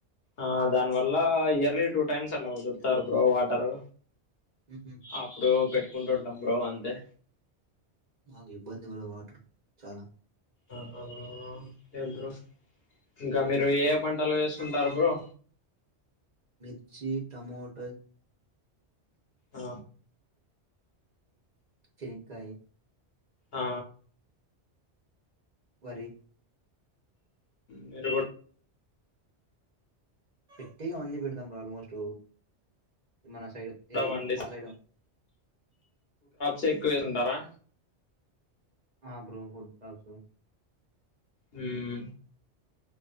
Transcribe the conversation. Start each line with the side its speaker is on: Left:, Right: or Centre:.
Left: ఆ దాని వల్ల ఇయర్లీ టూ టైమ్స్ అలా కొడుతారు బ్రో వాటరు
Right: మ్మ్.
Left: అప్పుడు పెట్టుకుంటంటాం బ్రో అంతే
Right: మాకు ఇబ్బంది బ్రో వాటర్ చాలా
Left: ఆ కే బ్రో ఇంకా మీరు ఏ ఏ పంటలు వేస్తుంటారు బ్రో
Right: మిర్చి టమోట
Left: ఆ
Right: చెనకాయ
Left: ఆ
Right: వరి
Left: మీర్ కూ
Right: పెట్టేగా అవన్నీ పెడుతాం బ్రో ఆల్మోస్ట్ మన సైడ్
Left: కూడా
Right: ఏద్
Left: పండి
Right: మా సైడు
Left: చెక్ వేరుంటారా
Right: ఆ బ్రో ఫుడ్ దస్
Left: ఉమ్